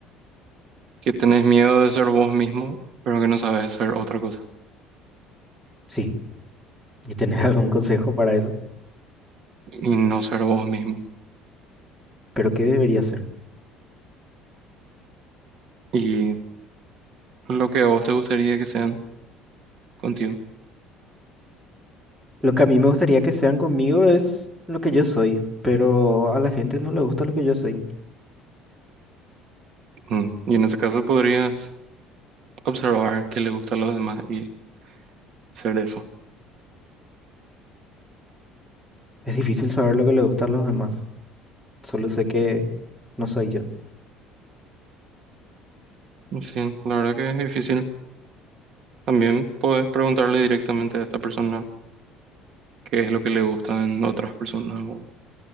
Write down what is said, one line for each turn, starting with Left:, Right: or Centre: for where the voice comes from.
Right: que tenés miedo de ser vos mismo, pero que no sabes ser otra cosa
Centre: Sí, y tener <laughs> algún consejo para eso.
Right: y no ser vos mismo.
Centre: Pero ¿qué debería hacer?
Right: Y lo que a vos te gustaría que sean contigo.
Centre: Lo que a mí me gustaría que sean conmigo es lo que yo soy, pero a la gente no le gusta lo que yo soy.
Right: Mm. Y en ese caso podrías observar qué le gusta a los demás y ser eso.
Centre: Es difícil saber lo que le gusta a los demás. Solo sé que no soy yo.
Right: Sí, la verdad que es difícil. También puedes preguntarle directamente a esta persona qué es lo que le gusta en otras personas o